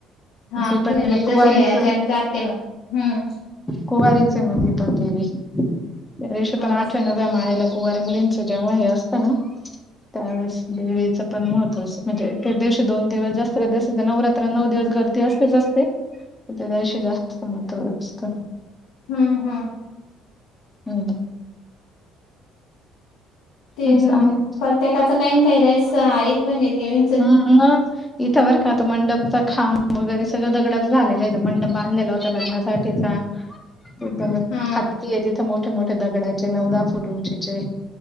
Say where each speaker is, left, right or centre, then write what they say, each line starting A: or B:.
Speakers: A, on the left (about 85°); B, on the left (about 15°).
A: हा
B: ती पण
A: ते म्हणजे जसे
B: कुवारीच
A: याच्यात जाते बा. हम्म.
B: कुवारीच‌ आहे मग ती पण देवी पण आयुष्य पण आठव्या
A: असं आहे
B: नवव्या
A: का
B: मालेला कुवार मुलींचं जेव्हा हे असतं ना त्यावेळेस देवीचं पण महत्त्वा म्हणजे ते दिवशी दोन दिवस जास्त जास्त नवरात नऊ दिवस गर्दी असतेच असते त्या दिवशी जास्त महत्व असत.
A: हम्म हा.
B: हम्म.
A: तेच
B: असं
A: ना मग.
B: आहे
A: त्याच कायन‌ काही ना काही राहिस आहे. <unintelligible>
B: हा ह. इथं बरं का आता मंडपचा खांब वगैरे सगळं दगडाच झालेलं आहे मंडप बांधलेला होता लग्नात काठीचा? ब
A: हा
B: हत्ती आहे तिथं मोठे मोठे दगडाचे नऊ दहा फूट उंचीचे.